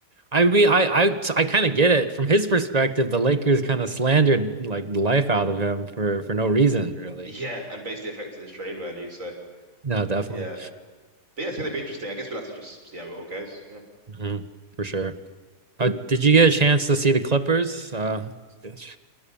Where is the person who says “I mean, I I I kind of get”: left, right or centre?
Right